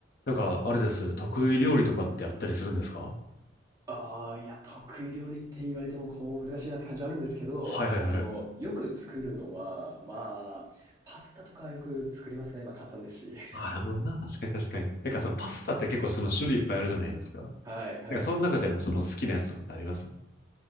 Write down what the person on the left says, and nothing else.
なんか、あれです。得意料理とかってあったりするんですか
はいはいはいはい。
ああ、なるほどな。確かに確かに。なんかそのパスタって結構その種類いっぱいあるじゃないですか。
なんかその中でもその好きなやつとかってあります